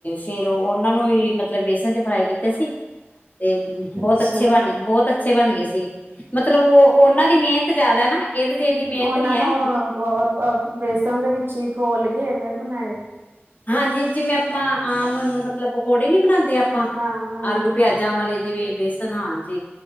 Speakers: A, on the left; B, on the right.
A: ਫੇਰ ਉਹਨਾਂ ਨੂੰ ਵੀ ਮਤਲਬ ਬੇਸਨ 'ਚ ਫਰਾਈ ਕੀਤੇ ਸੀ ਤੇ ਬਹੁਤ
B: ਅੱਛਾ
A: ਅੱਛੇ ਬਣੇ ਬਹੁਤ ਅੱਛੇ ਅੱਛੇ ਬਣ ਗਏ ਸੀ ਮਤਲਬ ਉਹ ਉਹਨਾਂ ਦੀ ਮਿਹਨਤ ਜ਼ਿਆਦਾ ਨਾ। ਇਹਦੇ ਦੀ ਇੰਨੀ
B: ਹੂੰ
A: ਮਿਹਨਤ
B: ਉਹਨਾਂ
A: ਨੀ ਹੈ
B: ਨੂੰ ਬੇਸਨ ਦੇ ਵਿੱਚ ਹੀ ਘੋਲ ਕੇ ਫੇਰ ਬਣਾਏ।
A: ਹਾਂਜੀ ਜਿਵੇਂ ਆਪਾਂ, ਆਮ ਮਤਲਬ ਪਕੌੜੇ ਨੀ ਬਣਾਉਂਦੇ ਆਪਾਂ ਆਂ,
B: ਹਾਂ ਹਾਂ
A: ਆਲੂ ਪਿਆਜਾਂ ਵਾਲੇ ਜਿਵੇਂ ਬੇਸਨ ਹਾਂਜੀ